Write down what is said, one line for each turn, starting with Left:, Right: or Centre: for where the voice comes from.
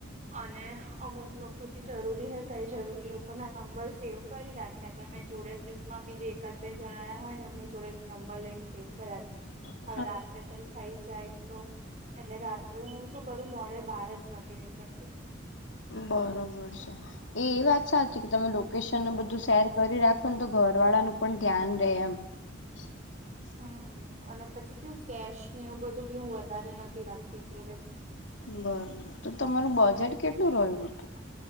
Right: અને અમુક લોકો જે જરૂરી હતા એ જરૂરી લોકો ના નંબર સેવ કરી રાખ્યા હતા મેં જોડે. ટ્રુપમાં બીજે એકાદ બે જણ આ્યા હોય ને એમને જોડે નંબર લઈને સેવ કર્યા. હતા.
Left: હમ.
Right: હવે રાત્રે કઈ થઈ જાય તો. એટલે રાત્રે હું શું કરું મોડે બાર જ નથી નીકળતી.
Left: બરોબર છે એ વાત. સાચી કે તમે લોકેશન ન બધું શેર કરી રાખો ને તો ઘર વાળાનુંું પણ ધ્યાન રે એમ. હ.
Right: હમ અને પછી કેવું કેશ ને એવ બધું બું વધારે નથી રાખતી જોડે.
Left: બરોબર તો તમારું બજેટ કેટલું રહ્યું હતું.